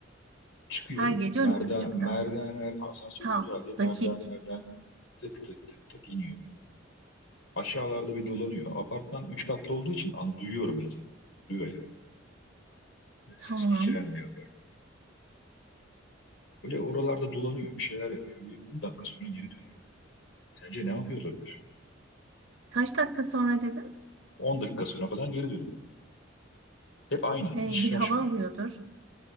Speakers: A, on the left; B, on the right.
A: Çıkıyor.
B: Her gece
A: Merdiven,
B: on iki buçukta.
A: merdivenler asansör
B: Tam,
A: olduğu halde merdivenlerden
B: dakik.
A: tık tık tık tık iniyor. Aşağılarda bir dolanıyor. Apartman 3 katlı olduğu için an duyuyorum ya zaten. Duyuyor yani. E,
B: Tamam.
A: Ses geçiren bir apartman. Böyle oralarda dolanıyor. Bir şeyler yapıyor. Bir 10 dakika sonra geri dönüyor. Sence ne yapıyor olabilir?
B: Kaç dakika sonra dedim?
A: 10 dakika sonra falan geri dönüyor. Hep aynı. Hiç
B: Ee,
A: şaşmıyor.
B: bir hava alıyordur.